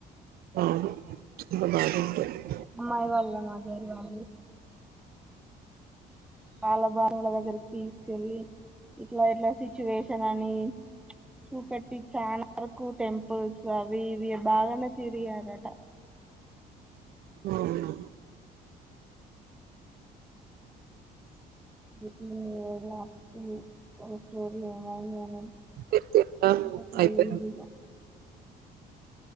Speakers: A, on the right; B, in the centre.
A: అవును <unintelligible>
B: అమ్మాయి వాళ్ళ మదర్ వాళ్ళు వాళ్ళ భార్యల దగ్గరకి తీసుకెళ్ళి ఇట్లా ఇట్లా సిచ్యువేషన్ అని చూపెట్టి చానా వరకు టెంపుల్స్ అవి ఇవి బాగానే తిరిగారట
A: అవునా
B: <unintelligible>
A: తె తిట్టాను
B: ఇంకా తెలియదుగా
A: అయిపోయినాక